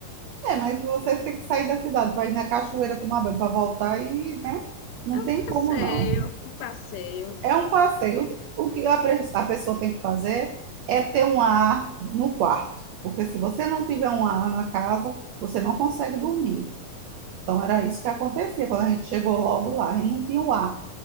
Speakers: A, on the right; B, on the left.
A: É, mas vocês têm que sair da cidade para ir na cachoeira tomar banho, para voltar e, né? Não
B: É um
A: tem
B: passeio,
A: como não.
B: um passeio.
A: É um passeio. O que a pre- a pessoa tem que fazer é ter um ar no quarto, porque se você não tiver um ar na casa, você não consegue dormir. Então era isso que acontecia quando a gente chegou logo lá, a gente não tinha o ar.